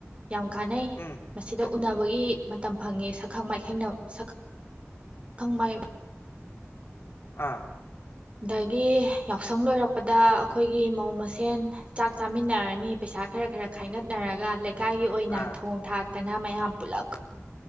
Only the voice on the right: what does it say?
ꯌꯥꯝ ꯀꯥꯟꯅꯩ
ꯃꯁꯤꯗ ꯎꯅꯕꯒꯤ ꯃꯇꯝ ꯐꯪꯉꯦ ꯁꯛꯈꯪ ꯃꯥꯏꯈꯩꯅ ꯁꯈꯪ ꯃꯥꯏ꯫
ꯑꯗꯒꯤ ꯌꯥꯎꯁꯪ ꯂꯣꯏꯔꯛꯄꯗ ꯑꯩꯈꯣꯏꯒꯤ ꯃꯧ ꯃꯁꯦꯟ ꯆꯥꯛ ꯆꯥꯃꯤꯟꯅꯔꯅꯤ ꯄꯩꯁꯥ ꯈꯔ ꯈꯔ ꯈꯥꯏꯒꯠꯅꯔꯒ꯫ ꯂꯩꯀꯥꯏꯒꯤ ꯑꯣꯏꯅ
ꯊꯣꯡ ꯊꯥꯛ ꯇꯅ ꯃꯌꯥꯝ ꯄꯨꯨꯂꯒ